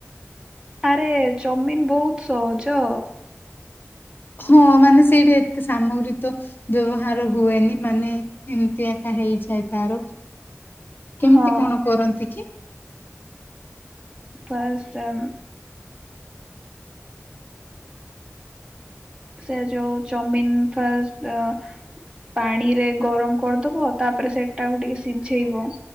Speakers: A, on the right; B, on the left.
A: ଆରେ ଚଉମିନ ବହୁତ୍ ସହଜ।
B: ହଁ ମାନେ ସେଇଟା ଏତେ ସାମଗ୍ରୀ ତ ବ୍ୟବହାର ହୁଏନି ମାନେ ଏମିତି ଏକା ହେଇଯାଏ ତାର। କେମିତି
A: ହଁ
B: କଣ କରନ୍ତି କି?
A: ଫାଷ୍ଟ ଆ ସେ ଯୋଉ ଚଉମିନ୍ ଫାଷ୍ଟ୍ ଆ ପାଣିରେ ଗରମ କରିଦବ ତାପରେ ସେଟାକୁ ଟିକେ ସିଝେଇବ।